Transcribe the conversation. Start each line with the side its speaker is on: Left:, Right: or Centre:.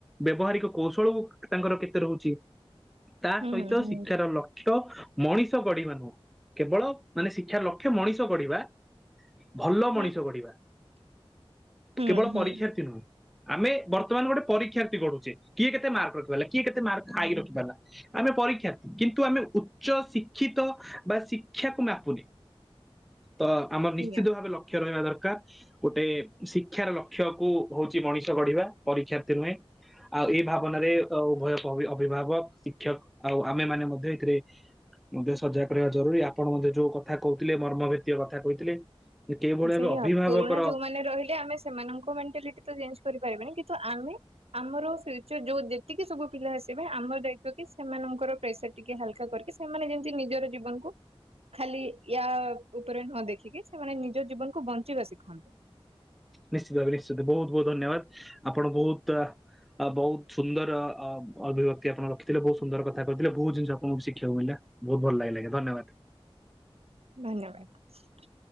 Centre: ବ୍ୟବହାରିକ କୌଶଳକୁ ତାଙ୍କର କେତେ ରହୁଛି? ତା
Right: ହୁଁ
Centre: ସହିତ
Right: ହୁଁ
Centre: ଶିକ୍ଷାର ଲକ୍ଷ୍ୟ ହିତ। ମଣିଷ ଗଢିବା ନୁହଁ କେବଳ ମାନେ ଶିକ୍ଷାର ଲକ୍ଷ୍ୟ ମଣିଷ ଗଢିବା। ଭଲ ମଣିଷ
Right: ହୁଁ
Centre: ଗଢିବା
Right: ହୁଁ
Centre: କେବଳ
Right: ହୁଁ
Centre: ପରୀକ୍ଷାର୍ଥୀ ନୁହେଁ। ଆମେ ବର୍ତ୍ତମାନ ଗୋଟେ ପରୀକ୍ଷାର୍ଥୀ ଗଢୁଛେ କିଏ କେତେ ମାର୍କ ରଖିପାରିଲା କିଏ କେତେ ମାର୍କ ହାଇ ରଖିପାରିଲା। ଆମେ ପରୀକ୍ଷାର୍ଥୀ କିନ୍ତୁ ଆମେ ଉଚ୍ଚ ଶିକ୍ଷିତ ବା ଶିକ୍ଷାକୁ ମାପୁନି। ତ ଆମର
Right: ସେଇଆ।
Centre: ନିଶ୍ଚିତ ଭାବେ ଲକ୍ଷ୍ୟ ରହିବା ଦରକାର ଗୋଟେ ଶିକ୍ଷାର ଲକ୍ଷ୍ୟକୁ ହଉଛି ମଣିଷ ଗଢିବା ପରୀକ୍ଷାର୍ଥୀ ନୁହେଁ ଆଉ ଏଇ ଭାବ ଭାବନାରେ ଉଭୟ ଅଭିଭାବକ ଶିକ୍ଷକ ଆଉ ଆମେ ମାନେ ମଧ୍ୟ ଏଥିରେ ମଧ୍ୟ ସଜାଗ କରିବା ଜରୁରୀ ଆପଣ ମଧ୍ୟ ଯୋଉ କଥା କହୁଥିଲେ ମର୍ମ ଭୀୟ କଥା କହିଥିଲେ। କେଉଁଭଳି
Right: ସେଇଆ
Centre: ଭାବେ ଅଭିଭାବକର
Right: ପୁରୁଣା ଯୋଉମାନେ ରହିଲେ ଆମେ ସେମାନଙ୍କ ମେଣ୍ଟାଲି ତଞଜ କରି ପାରିବାନି କିନ୍ତୁ ଆମେ ଆମର ଫ୍ୟୁଚର ଯୋଉ ଯେତିକି ସବୁ ପିଲା ଆସିବେ ଆମର ଦାୟିତ୍ବ କି ସେମାନଙ୍କର ପ୍ରେସର ଟିକେ ହାଲକା କରିକି ସେମାନେ ଯେମିତି ନିଜର ଜୀବନକୁ ଖାଲି ୟା ଉପରେ ନ ଦେଖିକି ସେମାନେ ନିଜ ଜୀବନକୁ ବଞ୍ଚିବା ଶିଖନ୍ତୁ।
Centre: ନିଶ୍ଚିତ ଭାବେ ନିଶ୍ଚିତ ବହୁତ ବହୁତ ଧନ୍ୟବାଦ ଆପଣ ବହୁତ ବହୁତ ସୁନ୍ଦର ଅଭିବ୍ୟକ୍ତି ଆପଣ ରଖିଥିଲେ ବହୁତ ସୁନ୍ଦର କଥା କହିଥିଲେ ବହୁତ ଜିନିଷ ଆପଣଙ୍କୁ ଶିଖିବାକୁ ମିଳିଲା ବହୁତ ଭଲ ଲାଗିଲା ଧନ୍ୟବାଦ।
Right: ଧନ୍ୟବାଦ